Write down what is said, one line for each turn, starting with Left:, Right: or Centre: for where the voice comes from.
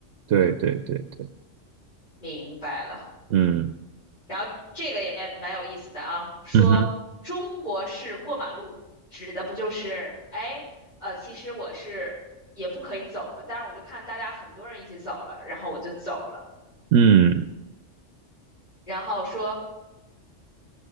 Right: 对对对对，
Left: 嗯明白了，
Right: 嗯
Left: 然后这个也蛮有意思的啊，说中国式过马路指的不就是哎呃，
Right: 嗯哼，
Left: 其实我是也不可以走的，但是我就看大家很多人一起走了，然后我就走了。
Right: 嗯
Left: 然后说